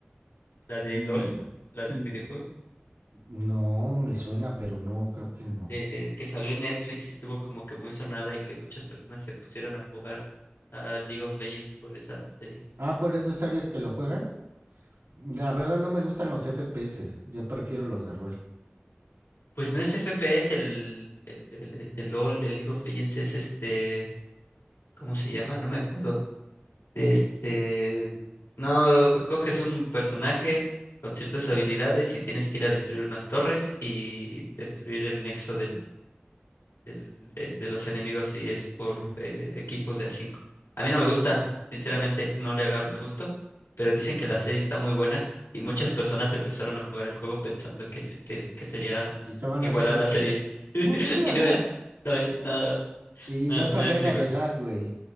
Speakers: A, on the left (about 80°); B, on the right (about 85°).
A: La de
B: Mm,
A: LOL, la del
B: mm,
A: videojuego,
B: No, me suena, pero no, creo que no.
A: de- eh, que salió en Netflix y estuvo como que muy sonada y que muchas personas se pusieron a jugar a League of Legends por esa serie.
B: Ah, por esos áreas que lo juegan. La verdad no me gustan los FPS, yo prefiero los de rol.
A: Pues no es FPS el, el, el, el LOL, el League of Legends es este, ¿cómo se llama? No me acuerdo Este, no, coges un personaje con ciertas habilidades y tienes que ir a destruir unas torres y destruir el nexo del, del- de, de los enemigos y es por
B: Ujú,
A: eh, equipos de a 5. A mí no me gusta,
B: ujú,
A: sinceramente, no le agarro el gusto, pero dicen que
B: ujú.
A: la serie está muy buena y muchas personas empezaron a jugar el juego pensando que, se- que, es- que sería
B: ¿Y qué van
A: igual
B: a hacer?
A: a
B: en-
A: la serie. <laughs>
B: <laughs>
A: Y no es, no es nada,
B: Y
A: no,
B: eso
A: no
B: agrégale
A: es igual.
B: lag, güey.